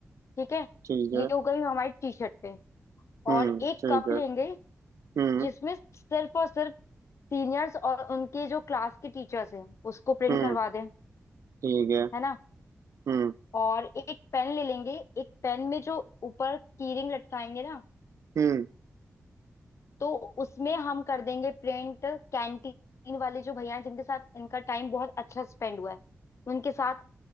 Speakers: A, on the left; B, on the right.
A: ठीक है
B: ठीक है
A: ये हो गई हमारी टी शर्ट पे
B: हम्म
A: और एक
B: ठीक
A: कप
B: है
A: लेंगे
B: हम्म
A: जिसमें सिर्फ और सिर्फ सीनियर्स और उनके जो क्लास के टीचर्स हैं उसको प्रिंट
B: हम्म
A: करवा दें
B: ठीक है
A: है ना
B: हम्म
A: और एक पेन ले लेंगे एक पेन में जो ऊपर कीरिंग लटकाएंगे ना
B: हम्म
A: तो उसमें हम कर देंगे प्रिंट कैंटीन वाले जो भैया हैं जिनके साथ इनका टाइम बहुत अच्छा स्पेंड हुआ है उनके साथ